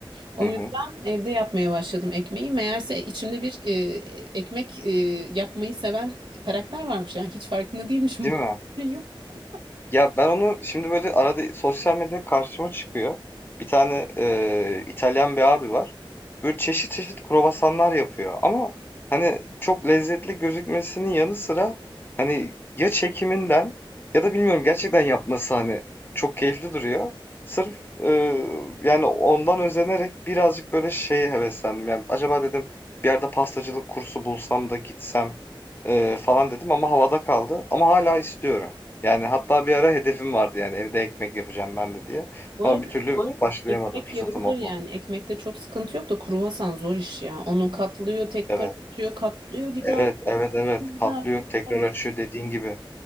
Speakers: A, on the right; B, on the left.
A: O
B: Hı
A: yüzden
B: hı.
A: evde yapmaya başladım ekmeği. Meğerse içimde bir e, ekmek e, yapmayı seven karakter varmış. Yani hiç farkında değilmişim.
B: Değil mi?
A: <laughs>
B: Ya ben onu şimdi böyle arada sosyal medyada karşıma çıkıyor. Bir tane eee, İtalyan bir abi var. Böyle çeşit çeşit kruvasanlar yapıyor. Ama hani çok lezzetli gözükmesinin yanı sıra hani ya çekiminden ya da bilmiyorum gerçekten yapması hani çok keyifli duruyor. Sırf eee, yani ondan özenerek birazcık böyle şeye heveslendim. Yani acaba dedim bir yerde pastacılık kursu bulsam da gitsem eee, falan dedim ama havada kaldı. Ama hala istiyorum. Yani hatta bir ara hedefim vardı yani evde ekmek yapacağım ben de diye.
A: Bu
B: Ama
A: arada
B: bir türlü Öyle başlayamadım,
A: ekmek
B: fırsatım
A: yapılır
B: olmadı.
A: yani. Ekmekte çok sıkıntı yok da kruvasan zor iş ya. Onu katlıyor, tekrar
B: Evet,
A: açıyor, katlıyor bir
B: evet,
A: daha.
B: evet, evet.
A: Bir
B: Katlıyor,
A: daha.
B: tekrar
A: Yani
B: açıyor dediğin gibi.